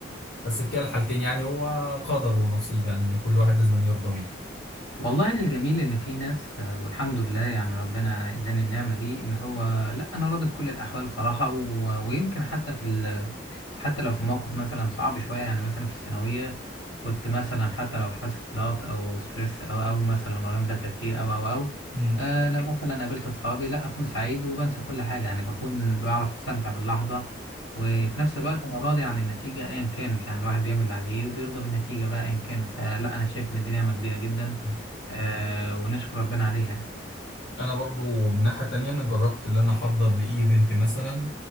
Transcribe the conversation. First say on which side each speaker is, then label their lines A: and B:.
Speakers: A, on the left; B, on the left.
A: بس في كلا الحالتين يعني هو قدر ونصيب يعني كل واحد لازم يرضى بيه
B: والله الجميل إن في ناس آه، والحمد لله يعني ربنا إداني النعمة دي إن هو لأ أنا راضي بكل الأحوال صراحة و... ويمكن حتى في ال... حتى لو في موقف مثلا صعب شوية يعني مثلا في الثانوية كنت مثلا حتى لو حاسس بضغط او ستريس او او مثلا ورايا مذاكره كتير او او او
A: مم.
B: آه لو مثلا قابلت اصحابي لا اكون سعيد وبنسى كل حاجه يعني بكون بعرف استمتع باللحظه وفي نفس الوقت انا راضي عن النتيجه ايا كانت يعني الواحد بيعمل اللي عليه وبيرضى بالنتيجه بقى ايا كانت فلا انا شايف ان دي نعمه كبيره جدا
A: مم.
B: آه ونشكر ربنا عليها يعني
A: انا برضو من ناحية تانية انا جربت اللي انا احضر لايفنت مثلا